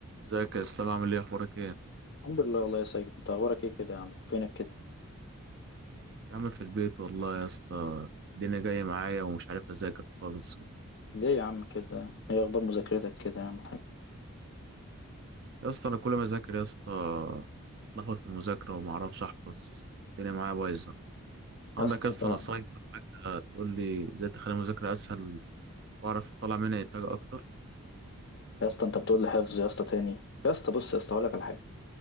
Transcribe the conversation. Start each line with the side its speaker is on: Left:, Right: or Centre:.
Right: ازيك يا اسلام عامل ايه اخبارك ايه
Left: الحمد لله والله يا ساجد انت اخبارك ايه كده يا عم فينك كده
Right: يا عم في البيت والله يا اسطى الدنيا جايه معايا ومش عارف اذاكر خالص
Left: ليه يا عم كده ايه اخبار مذاكرتك كده يا عم الحاج
Right: يا اسطى انا كل ما اذاكر يا اسطى اتلخبط في المذاكره وما اعرفش احفظ الدنيا معايا بايظه عندك
Left: يا اسطى
Right: يا اسطى
Left: بقى
Right: نصايح او حاجه تقول لي ازاي تخلي المذاكره اسهل واعرف اطلع منها انتاج اكتر
Left: يا اسطى انت بتقول لي حفظ يا اسطى تاني يا اسطى بص يا اسطى هقول لك على حاجه